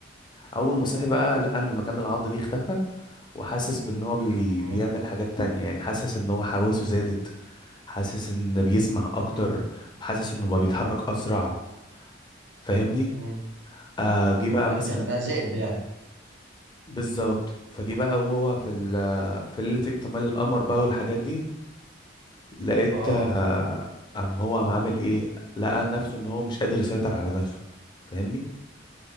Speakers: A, on the left (about 25°); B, on the right (about 70°).
A: اول ما صحي بقى لقى ان مكان العض دي اختفى وحاسس بان هو بي...
B: مم.
A: بيعمل حاجات تانية يعني حاسس ان هو حواسه زادت حاسس ان بيسمع اكتر
B: مم.
A: حاسس انه بقى بيتحرك اسرع فاهمني
B: مم.
A: آه جه بقى مثلا
B: يعني بقى ذئب يعني
A: بالظبط فجه بقى وهو في ال... في ليلة اكتمال القمر بقى والحاجات دي لقيت
B: اه
A: آه قام هو قام عامل ايه لقى نفسه ان هو مش قادر يسيطر على نفسه فاهمني